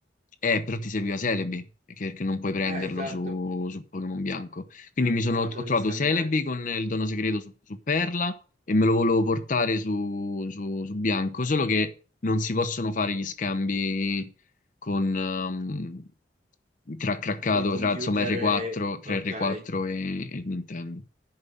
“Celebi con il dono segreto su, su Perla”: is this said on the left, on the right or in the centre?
Left